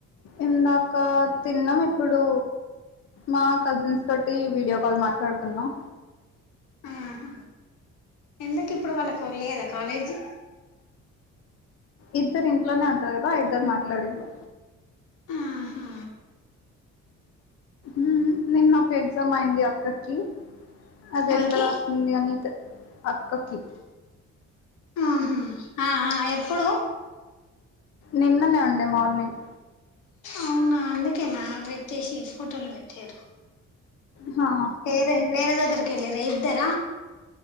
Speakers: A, on the left; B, on the left.
A: ఇందాక తిన్నాం ఇప్పుడు మా కజిన్స్ తోటి వీడియో కాల్ మాట్లాడుకుంనం
B: ఆహా ఎందుకు ఇప్పుడు వాళ్ళకు లేదా కాలేజీ
A: ఇద్దరు ఇంట్లోనే ఉంటారు గదా ఇద్దరు మాట్లాడిళ్ళు
B: ఆహా
A: మ్ నిన్నా ఎగ్జామ్ అయింది అక్కకి అది
B: ఎవరికి
A: ఎట్లా రాసింది అని అక్కకి
B: ఆహా ఆ ఆ ఎప్పుడు
A: నిన్ననే ఉండే మార్నింగ్
B: అవునా అందుకేనా పెట్టేసి ఫోటోలు పెట్టిరు
A: హా
B: వేరే వేరే దగ్గర కెళ్ళిరు ఇద్దార